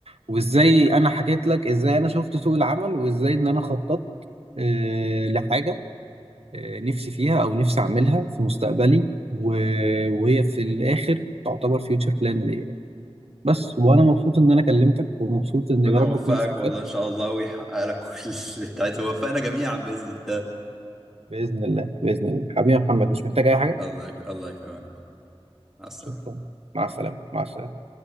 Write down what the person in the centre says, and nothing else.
ربنا
يوفقك
والله ان شاء الله ويحقق لك <laughs> كل اللي انت عايزه ويوفقنا جميعا باذن
الله
الله الله يكرمك مع السلامه